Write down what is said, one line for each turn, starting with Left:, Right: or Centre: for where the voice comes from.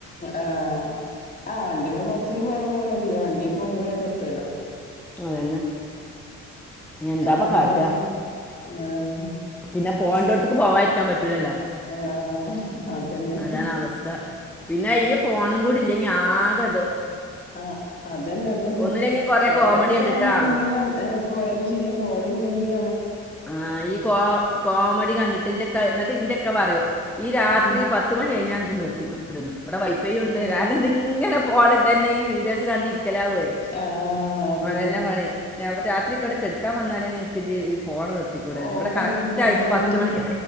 Left: ആ ആ ആ് വണ്ടിപ്പോ ബസ്സിില് പോണ പോലെയല്ലോ വണ്ടി പോ വക്ക ഇത്ത ഇല്ല
Centre: അതന്നെ എന്താപ്പൊ
Left: വേറെന്തൊക്കെ
Centre: കാട്ടുക
Left: ആഹ്
Centre: പിന്നെ ഫോണിന്റെ അടുത്തക്ക് പോവാരിക്കാൻ പറ്റൂലല്ലോ
Left: ആഹ് അതന്നെ
Centre: അതാണ് അവസ്ഥ പിന്നെ ഈ ഫോണും കൂടി ഇല്ലെങ്കി ആ അത
Left: ആ അതന്നെ അതന്നെ
Centre: ഒന്നില്ലെങ്കിൽ കുറേ
Left: കൊറൊക്കെ
Centre: കോമഡി കണ്ടിട്ടാ
Left: നമ്മൾ ഇങ്ങനെ ച ഹോളല്ലെങ്കെ
Centre: ആ ഈ കോ കോമഡി കണ്ടിട്ട് ഇന്റെയക്കെ എന്നിട്ട് ഇന്റെയൊക്കെ പറയൂ ഈ രാത്രി
Left: ഉം
Centre: പത്തുമണി കഴിഞ്ഞാണ് നിർത്തിക്കെ ഇവിടെ വൈഫൈ ഉണ്ട്
Left: ആഹ്
Centre: കാരണം ഇതിങ്ങനെ ഫോണ ഇത തന്നെ ഈ വീഡിയോസ് കണ്ടിരിക്കലാവേ
Left: ആഹ് അതന്നെ
Centre: അത്ന്നെ ഫോണ രാത്രിക്ക ഇടക്ക് എടുക്കാൻ വന്നാലെ എനിക്ക് ജ ഫോണ നിർത്തിക്കൂട
Left: ഓഫാക്കിക്കൂടെ
Centre: ഇവിടെ കറക്റ്റ് ആയിട്ട്
Left: അറിയില്ല
Centre: പത്ത് മണി